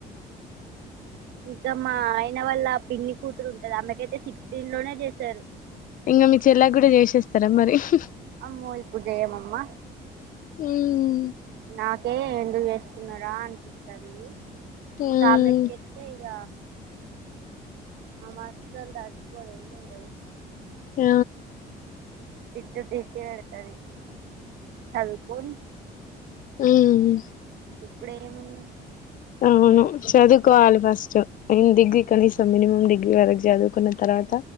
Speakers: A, on the right; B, on the left.
A: ఇంకా మా ఆయన వల్ల పిన్ని కూతురు ఉంటాది ఆమెకైతే సిక్స్టీన్ లోనే చేశారు.
B: ఇంగ మీ చెల్లకి కూడా చేసేస్తారా మరి? హ్ హి హ్ హి
A: అమ్మో ఇపుడు చేయము అమ్మా
B: హ్మ్.
A: నాకే ఎందుకు చేసుకున్నారా అనిపిస్తాది
B: హ్మ్.
A: ఇంకామెకి అంటే ఇగ ఆ మాత్రం దాటి పోలేదు ఇగ
B: ఆ
A: తిట్ట జి. కె అయితాది చదువుకోని.
B: మ్
A: ఇప్పుడేముంది?
B: అవును
A: సెవెన్
B: చదువుకోవాలి ఫస్ట్. నేను డిగ్రీ కనీసం మినిమమ్ డిగ్రీ వరకు చదువుకున్న తర్వాత